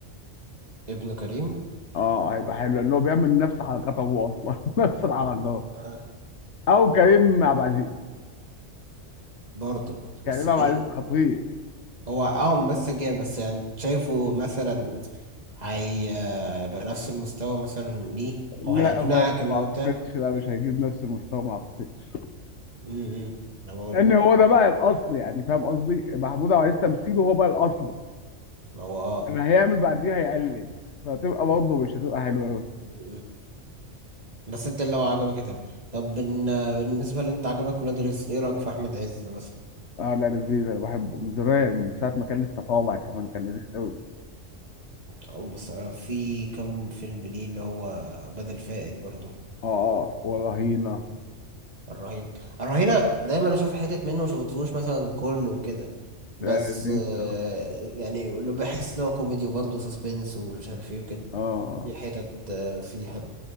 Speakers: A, on the right; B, on the left.
A: ابن كريم
B: اه هيبقى حلو لان هو بيعمل نفس حركات ابوه اصلا <laughs> نفس الحركات
A: آه.
B: او كريم عبد العزيز
A: برضه
B: كريم
A: بس كريم
B: عبد العزيز خطير
A: هو اه ممثل جامد بس يعني شايفه مثلا هي- هيبقى نفس المستوى مثلا ليه
B: كريم
A: او هيقنعك
B: لا ما
A: ان
B: ما
A: هو
B: اعتقدش
A: بتاع
B: لا مش هيجيب نفس المستوى ما اعتقدش
A: امم إمم. انا بقول
B: لان هو ده بقى الاصل يعني فاهم قصدي محمود عبد العزيز تمثيله هو بقى الاصل
A: ما هو اه
B: اللي هيعمل بعديها هيقلد فهتبقى برضه مش هتبقى حلوه قوي
A: م-م. بس انت اللي هو عجبك تمام طب بن- بالنسبة اللي انت عجبك ولاد رزق ايه رأيك في احمد عز مثلا
B: اه لا لذيذ انا بحبه من زمان من ساعه ما كان لسه طالع كمان كان لذيذ قوي
A: او بس آه، في كم فيلم ليه اللي هو بدل فائد برضه
B: اه اه ورهينه
A: الرهينة الرهينة دايما اشوف حتت منه مشفتهوش مثلا كله كده بس
B: لا لذيذ
A: آه،
B: اه
A: يعني اللي بحس ان هو كوميدي وبرضه سسبنس ومش عارف ايه وكده
B: آه.
A: دي حتت آه، فيه حلو